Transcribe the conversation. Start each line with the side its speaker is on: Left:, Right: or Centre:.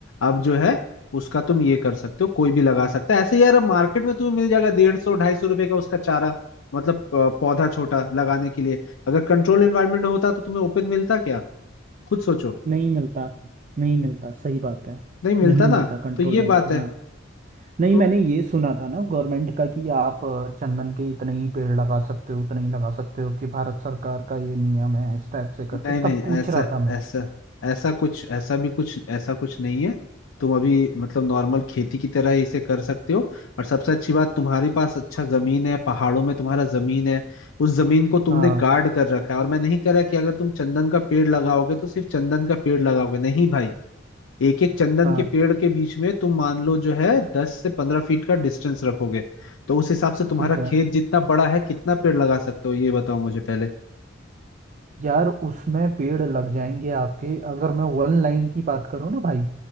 Left: अब जो है उसका तुम ये कर सकते हो कोई भी लगा सकता है ऐसे यार अब मार्केट में तुम्हें मिल जाएगा डेढ़ सौ ढाई सौ रुपए का उसका चारा मतलब अ, पौधा छोटा लगाने के लिए अगर कंट्रोल एनवायरनमेंट होता तो तुम्हें ओपन मिलता क्या खुद सोचो
Right: नहीं मिलता नहीं मिलता सही बात है
Left: नहीं मिलता
Right: नहीं मिलता
Left: ना
Right: कंट्रोल
Left: तो ये
Right: लाइन
Left: बात
Right: हाँ
Left: है
Right: नहीं
Left: तो
Right: मैंने ये सुना था ना गवर्नमेंट का कि आप अ, चंदन के इतने ही पेड़ लगा सकते हो उतने ही लगा सकते हो कि भारत सरकार का ये नियम है इस टाइप से करके
Left: नहीं नहीं
Right: तब पूछ
Left: ऐसा
Right: रहा था मैं
Left: ऐसा ऐसा कुछ ऐसा भी कुछ ऐसा कुछ नहीं है तुम अभी मतलब नॉर्मल खेती की तरह ही इसे कर सकते हो और सबसे अच्छी बात तुम्हारे पास अच्छा जमीन है पहाड़ों में तुम्हारा जमीन है उस जमीन को तुमने
Right: हाँ
Left: गार्ड कर रखा है और मैं नहीं कह रहा कि अगर तुम चंदन का पेड़ लगाओगे तो सिर्फ चंदन का पेड़ लगाओगे नहीं भाई एक एक चंदन
Right: हाँ
Left: के पेड़ के बीच में तुम मान लो जो है दस से पंद्रह फीट का डिस्टेंस रखोगे तो उस हिसाब से तुम्हारा
Right: ठीक है
Left: खेत जितना बड़ा है कितना पेड़ लगा सकते हो ये बताओ मुझे पहले
Right: यार उसमें पेड़ लग जाएंगे आपके अगर मैं वन लाइन की बात करूँ ना भाई